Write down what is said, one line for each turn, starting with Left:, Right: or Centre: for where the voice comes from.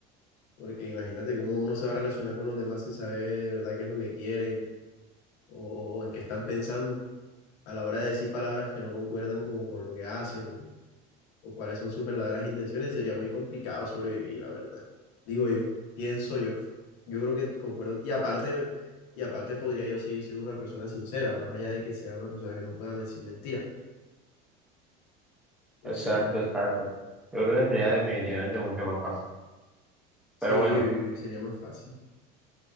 Left: porque imagínate cómo uno se va a relacionar con los demás sin saber de verdad qué es lo que quieren o en qué están pensando a la hora de decir palabras que no concuerdan como con lo que hacen o cuáles son sus verdaderas intenciones, sería muy complicado sobrevivir, la verdad. Digo yo, pienso yo. Yo creo que concuerdo. Y aparte, y aparte podría yo seguir siendo una persona sincera, más allá de que sea una persona que no pueda decir mentiras. No
Centre: Exacto,
Left: sé,
Centre: exacto. Yo creo que sería definitivamente mucho más fácil.
Left: sí,
Centre: Pero
Left: vivir
Centre: bueno,
Left: sería más fácil.